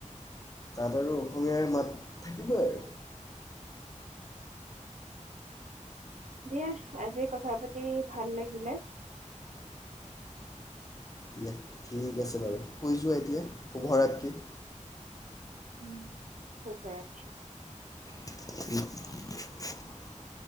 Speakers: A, on the left; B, on the right.
A: তাত আৰু অসমীয়াৰ
B: উম।
A: মাত থাকিবই আৰু।
B: দিয়া, আজি কথা পাতি ভাল লাগিলে,
A: দিয়া ঠিক আছে বাৰু। শুই যোৱা এতিয়া শুভৰাত্ৰি।
B: উম। শুভৰাত্ৰি।
A: <inaudible>